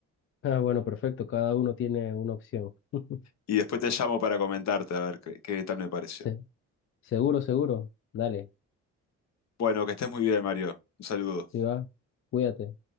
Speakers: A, on the left; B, on the left.
A: Ah, bueno, perfecto, cada uno tiene una opción. <laughs>
B: Y después te llamo para comentarte a ver qué, qué tal me pareció.
A: Se- seguro, seguro. Dale,
B: Bueno, que estés muy bien, Mario. Un saludo.
A: sí va, cuídate.